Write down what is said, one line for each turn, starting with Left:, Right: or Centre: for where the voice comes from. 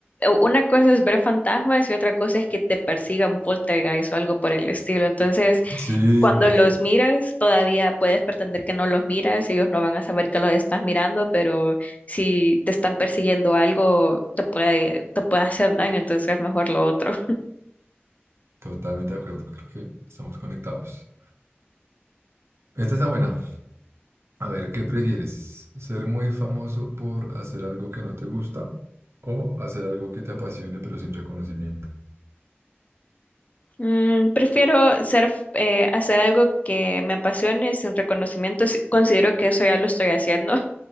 Left: una cosa es ver fantasmas y otra cosa es que te persigan poltergeist o algo por el estilo. Entonces,
Right: Sí,
Left: cuando
Right: imagínate.
Left: los miras, todavía puedes pretender que no los miras, ellos no van a saber que los estás mirando, pero si te están persiguiendo algo, te puede, te puede hacer daño, entonces es mejor lo otro.
Right: Totalmente de acuerdo, creo que estamos conectados. Esta está buena. A ver, ¿qué prefieres? ¿Ser muy famoso por hacer algo que no te gusta o hacer algo que te apasione pero sin reconocimiento?
Left: Mm, prefiero ser, eh, hacer algo que me apasione sin reconocimiento. si- Considero que eso ya lo estoy haciendo.